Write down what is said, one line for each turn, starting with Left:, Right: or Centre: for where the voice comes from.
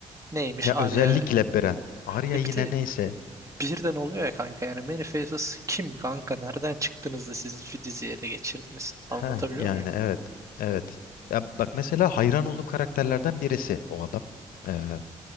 Right: Neymiş
Left: Ya
Right: Arya?
Left: özellikle Beren. Arya
Right: E
Left: yine
Right: bir de
Left: neyse.
Right: birden oluyor ya kanka yani Many Faces kim kanka nereden çıktınız da siz diziyi ele geçirdiniz? Anlatabiliyor
Left: Ha yani
Right: muyum?
Left: evet. Evet. Ya bak mesela hayran olduğum karakterlerden birisi o adam. Ee,